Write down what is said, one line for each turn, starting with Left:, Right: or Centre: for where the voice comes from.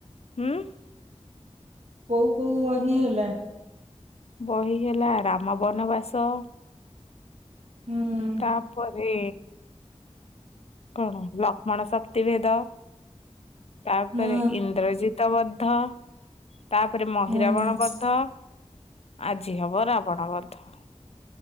Left: ହୁଁ?
Right: କୋଉ କୋଉ ବହି ହେଲା?
Left: ବହି ହେଲା ରାମ ବନବାସ
Right: ହୁଁ।
Left: ତା ପରେ କଣ ଲକ୍ଷ୍ମଣ ଶକ୍ତିଭେଦ ତା
Right: ହୁଁ
Left: ପରେ ଇନ୍ଦ୍ରଜିତ ବଦ୍ଧ ତା ପରେ ମହିରାବଣ
Right: ହୁଁ ହୁଁ।
Left: ବଦ୍ଧ, ଆଜି ହବ ରାବଣ ବଦ୍ଧ।